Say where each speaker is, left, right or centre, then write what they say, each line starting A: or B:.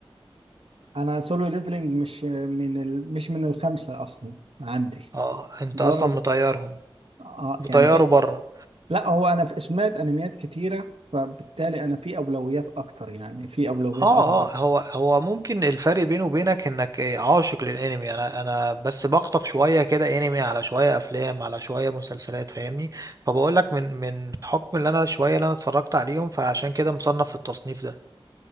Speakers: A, on the right (about 80°); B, on the right (about 40°).
A: انا سولو ليفلينج مش من ال... مش من الخمسة اصلا عندي
B: اه انت
A: بره
B: اصلا
A: ال-
B: مطيرهم
A: اه
B: مطيره
A: يعني في
B: بره
A: لا هو انا في سمعت انميات كتيرة فبالتالي انا في اولويات اكتر يعني في اولويات
B: اه
A: افضل
B: اه هو هو ممكن الفرق بينه وبينك انك إيه، عاشق للانمي انا انا بس بخطف شويه كده انمي على شويه افلام على شويه مسلسلات فاهمني فبقول لك من من حكم اللي انا شويه اللي انا اتفرجت عليهم فعشان كده مصنف في التصنيف ده